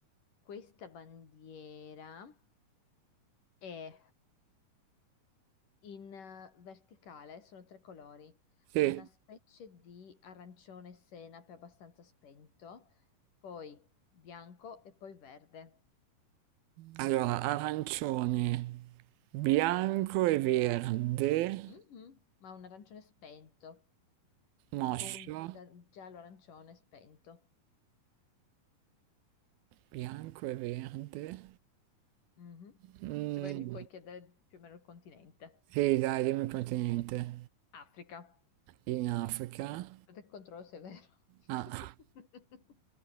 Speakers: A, on the left; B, on the right.
A: questa bandiera è in eh, verticale, sono tre colori,
B: Sì,
A: una specie di arancione senape abbastanza spento, poi bianco e poi verde.
B: allora arancione, bianco e verde.
A: Mhm, ma un arancione spento.
B: Moscio,
A: tipo un gia- giallo arancione spento.
B: bianco e verde.
A: Mhm.
B: Sì. Mm,
A: Se vuoi mi puoi chiedere più o meno il continente.
B: sì, dai, dimmi un continente.
A: Africa.
B: In Africa.
A: Aspetta che controllo se è vero.
B: Ah,
A: <laughs>